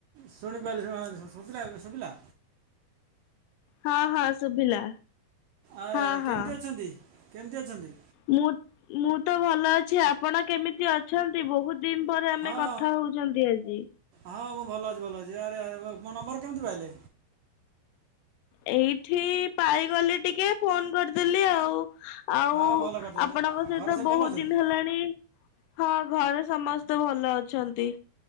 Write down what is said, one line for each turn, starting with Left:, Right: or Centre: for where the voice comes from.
Right: ଶୁଣିପାରିଲି ଶୁିଲା ଏବେ ଶୁବିଲା।
Left: ହଁ ହଁ ଶୁଭିଲା
Right: ଆରେ
Left: ହଁ
Right: ଆରେ କେମିତି
Left: ହଁ।
Right: ଅଛନ୍ତି କେମିତି ଅଛନ୍ତି।
Left: ମୁଁ ମୁଁ ତ ଭଲ ଅଛି ଆପଣ କେମିତି ଅଛନ୍ତି ବହୁତ ଦିନି ପରେ ଆମେ
Right: ହଁ
Left: କଥା ହଉଛନ୍ତି ଆଜି।
Right: ହଁ ମୁଁ ଭଲ ଅଛି ଭଲ ଅଛି ଆରେ ଆରେ ମୋ ନମ୍ବର କେମିତି ପାଇଲେ।
Left: ଏଇଠି ପାଇଗଲି ଟିକେ ଫୋନ୍ କରିଦେଲି ଆଉ। ଆଉ
Right: ହଁ ଭଲ କରିଛନ୍ତି
Left: ଆପଣଙ୍କ
Right: ଆଉ
Left: ସହିତ
Right: ଘରେ ସବୁ
Left: ବହୁତ
Right: ଭଲ ଅଛନ୍ତି
Left: ଦିନ ହେଲାଣି ହଁ ଘରେ ସମସ୍ତେ ଭଲ ଅଛନ୍ତି।